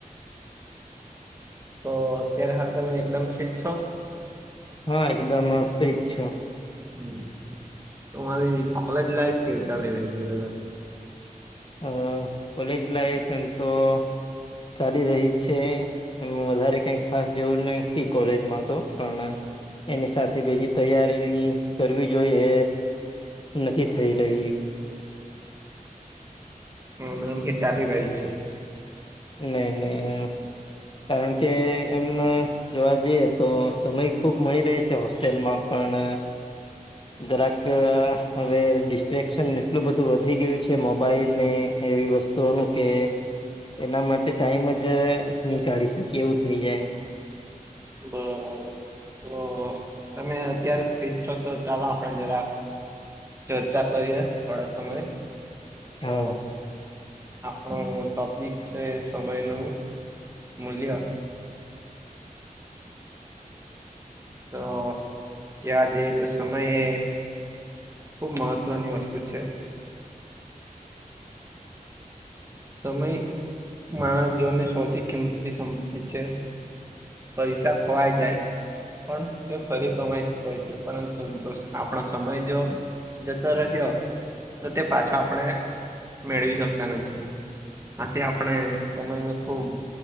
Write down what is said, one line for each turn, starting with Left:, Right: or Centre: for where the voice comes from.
Right: તો અત્યારે હાલ તમે એકદમ ફ્રી છો?
Left: હા એકદમ ફ્રી જ છું.
Right: હમ્મ તમારી કોલેજ લાઈફ કેવી ચાલી રહી છે પેલા તો.
Left: હમ્મ, કોલેજ લાઈફ એમ તો ચાલી રહી છે. એમ વધારે કઈ ખાસ જેવું નહી કોલેજમાં તો પણ એની સાથે બીજી તૈયારી કરવી જોઈએ નથી થઈ રહી.
Right: મતલબ કે ચાલી રહી છે.
Left: નહી નહી કારણ કે એમ. જોવા જઈએ તો સમય ખુબ મળી રહે છે હોસ્ટેલમાં પણ. જરાક હવે ડિસ્ટ્રેક્શન એટલું બધું વધી ગયું છે મોબાઈલને. એવી વસ્તુઓનું કે એના માટે ટાઈમ જ ની કાઢી શકે એવું થઈ જાય.
Right: બરાબર. તો તમે અત્યારે ફ્રી છો, તો ચાલો આપણે જરા ચર્ચા કરીએ થોડા સમય તો
Left: હા
Right: આપણો ટોપિક છે, સમય નું મૂલ્ય. તો ક્યા જે તો સમયે ખૂબ મહત્ત્વની વસ્તુ છે. સમય માનવ જીવનની સૌથી કિંમતી સંપતિ છે. પૈસા ખોવાય જાય પણ તે ફરી કમાઈ શકાય છે, પરંતુ જો આપણો સમય જો જતો રહ્યો તો તે પાછો આપણે મેળવી શકતા નથી. આથી આપણે સમયને ખુબ